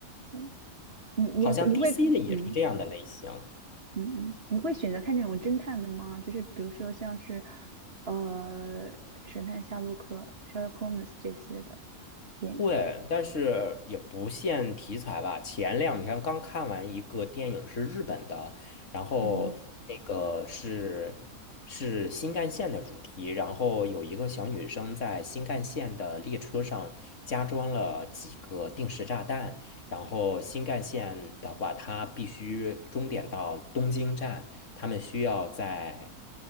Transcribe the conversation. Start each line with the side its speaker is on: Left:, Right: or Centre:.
Right: 嗯你你你会，
Left: 好像 DC 的也是这样的类型。
Right: 嗯。嗯嗯，你会选择看那种侦探的吗？就是比如说像是，呃，神探夏洛克、Sherlock Holmes 这些的电影。
Left: 对，但是也不限题材吧。前两天刚看完一个电影，是日本的，然后那个是是新干线的主题，
Right: 嗯，
Left: 然后有一个小女生在新干线的列车上加装了几个定时炸弹，然后新干线的话，它必须终点到东京站，他们需要在